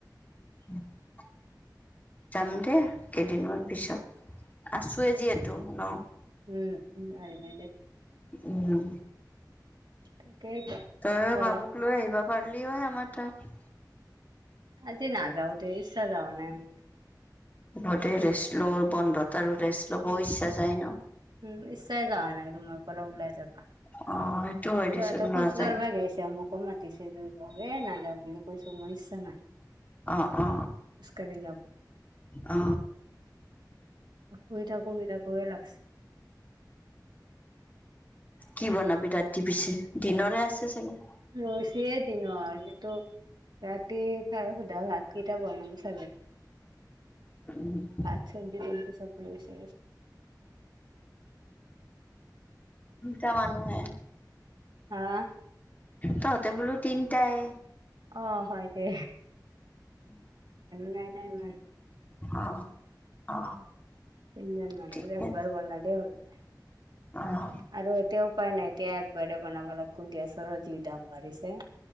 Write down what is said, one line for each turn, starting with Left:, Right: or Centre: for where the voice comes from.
Left: <inaudible> যাম দে কেইদিনমান পিছত আছোৱেই যিহেতু ন
Right: উম উম আহিবি দে।
Left: উম।
Right: <unintelligible>
Left: তইয়ে
Right: গৰমটো
Left: বাবুক লৈ আহিব পাৰলি হয় আমাৰ তাত
Right: আজি নাযাওঁ দে ইচ্ছা যাৱা নাই মোৰ
Left: হ'ব দে, ৰেষ্ট ল'। বন্ধত আৰু ৰেষ্ট
Right: মোৰ
Left: ল'বও ইচ্ছা যায় ন।
Right: উম ইচ্চাই যাৱা নাই ৰুমৰপৰা ওলাই যাবা।
Left: অ হয়
Right: সিহঁতে
Left: দেচোন
Right: খোজকাঢ়বা
Left: নাযায়
Right: গিছে মোকো মাতিছে যোৰ যাও নাযাওঁ বুলি কৈছো মই ইচ্ছা নাই।
Left: অ অ
Right: ইছ কালি যাব
Left: অ
Right: শুই থাকো শুই থাকোৱে লাগিছে।
Left: কি বনাবি ৰাতি পিছে দিনৰে আছে চাগে
Right: ৰৈছেই দিন আৰু কিন্তু ৰাতি খাৰ সোধা ভাতকেইটা বনাম চাগে
Left: উম উ
Right: ভাত চ তেমকি সবৰে বিষয় <unintelligible>
Left: তিনিটা মানুহে
Right: হা
Left: তহতে বোলো তিনটাই
Right: অ হয় দে
Left: উম
Right: নাই নাই ম
Left: অ অ
Right: তিনিজন মানুহ
Left: ঠিকে
Right: একবাৰ বনালে হৈ যায়।
Left: অঁ
Right: আৰু এতিয়া উপায় নাই এতিয়া একবাৰে বনাব লাগো গেছৰো যি দাম বাঢ়িছে।